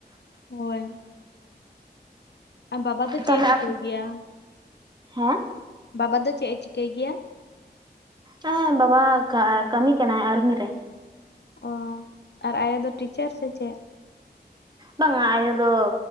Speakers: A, on the left; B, on the right.
A: ᱦᱳᱭ᱾ ᱟᱨ ᱵᱟᱵᱟ ᱫᱚ ᱪᱮᱫ-ᱮ
B: ᱛᱟᱦᱚᱞᱮ
A: ᱪᱤᱠᱟᱹᱭ ᱜᱮᱭᱟ?
B: ᱦᱮᱸ
A: ᱵᱟᱵᱟ ᱫᱚ ᱪᱮᱫ-ᱮ ᱪᱤᱠᱟᱹᱭ ᱜᱮᱭᱟ?
B: ᱦᱮᱸ ᱵᱟᱵᱟ ᱠᱟ ᱠᱟᱹᱢᱤ ᱠᱟᱱᱟᱭ ᱟᱨᱢᱤ ᱨᱮ᱾
A: ᱚ ᱟᱨ ᱟᱭᱳ ᱫᱚ ᱴᱤᱪᱟᱨ ᱥᱮ ᱪᱮᱫ?
B: ᱵᱟᱝᱟ ᱟᱭᱳ ᱫᱚ